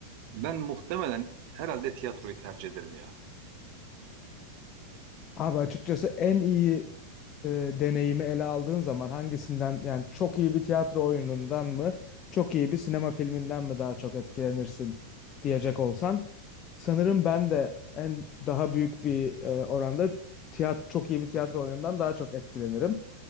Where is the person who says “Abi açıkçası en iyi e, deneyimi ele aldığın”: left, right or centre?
Left